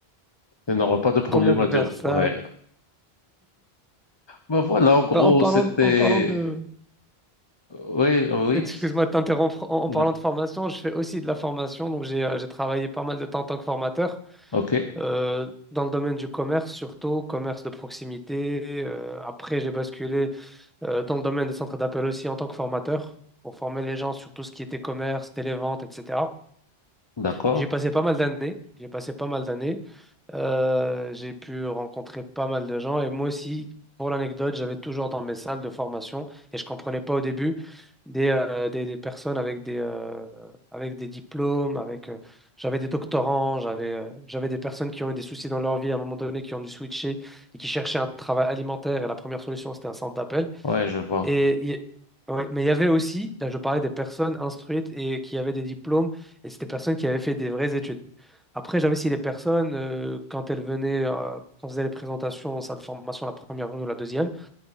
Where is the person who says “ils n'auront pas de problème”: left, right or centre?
Left